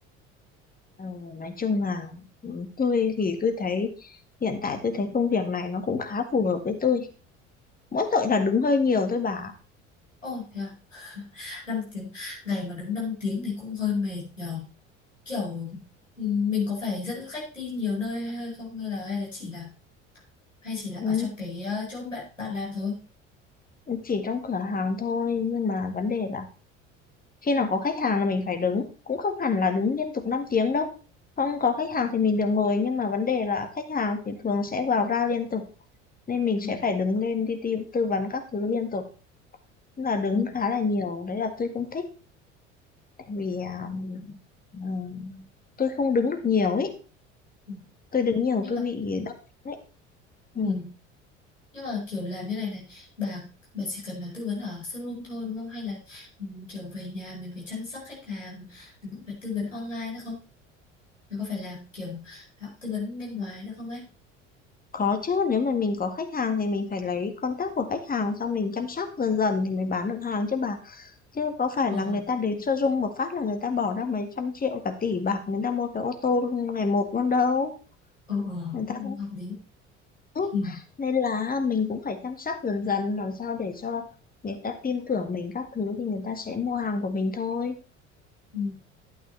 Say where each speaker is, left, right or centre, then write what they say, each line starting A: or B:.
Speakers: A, on the left (about 25°); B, on the left (about 90°).
A: Ờ, nói chung là ừ, tôi thì tôi thấy hiện tại tôi thấy công việc này nó cũng khá phù hợp với tôi. Mỗi tội là đứng hơi nhiều tôi bảo
B: Ồ, thế à? năm tiếng ngày mà đứng 5 tiếng thì cũng hơi mệt nhờ kiểu ừ, mình có phải dẫn khách đi nhiều nơi hay không hay là hay là chỉ là hay chỉ là
A: ừ,
B: ở trong cái ờ, chỗ bạn bạn làm thôi
A: chỉ trong cửa hàng thôi nhưng mà vấn đề là khi nào có khách hàng là mình phải đứng, cũng không hẳn là đứng liên tục 5 tiếng đâu. Không có khách hàng thì mình được ngồi nhưng mà vấn đề là khách hàng thì thường sẽ vào ra liên tục nên mình
B: ừ.
A: sẽ phải đứng lên đi tư, tư vấn các thứ liên tục. Tức là đứng
B: Ừ.
A: khá là nhiều, đấy là tôi không thích tại vì à, ừ, tôi không đứng được nhiều ý
B: Ừ.
A: tôi đứng nhiều
B: nhưng
A: tôi
B: mà
A: bị đau chân đấy ừ.
B: ừ. nhưng mà kiểu làm như này này bà bà chỉ cần là tư vấn ở showroom thôi đúng không hay là ừ, kiểu về nhà mình phải chăm sóc khách hàng mình cũng phải tư vấn online nữa không mình có phải làm kiểu à, tư vấn bên ngoài nữa không ấy
A: có chứ nếu mà mình có khách hàng thì mình phải lấy contact của khách hàng xong mình chăm sóc dần dần thì mới bán được hàng chứ bà chứ có phải
B: ờ
A: là người ta đến showroom một phát là người ta bỏ ra mấy trăm triệu cả tỷ bạc người ta mua cái ô tô ngày một luôn đâu
B: ờ ờ
A: người
B: cũng
A: ta cũng
B: hợp lý
A: ừ.
B: ừ.
A: nên là mình cũng phải chăm sóc dần dần làm sao để cho người ta tin tưởng mình các thứ thì người ta sẽ mua hàng của mình thôi
B: Ừ.